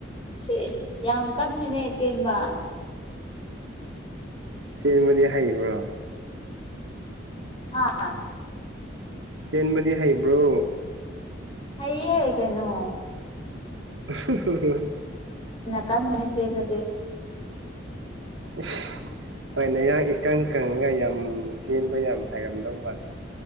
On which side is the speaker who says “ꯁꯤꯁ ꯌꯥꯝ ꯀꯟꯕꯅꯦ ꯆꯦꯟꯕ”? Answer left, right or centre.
Left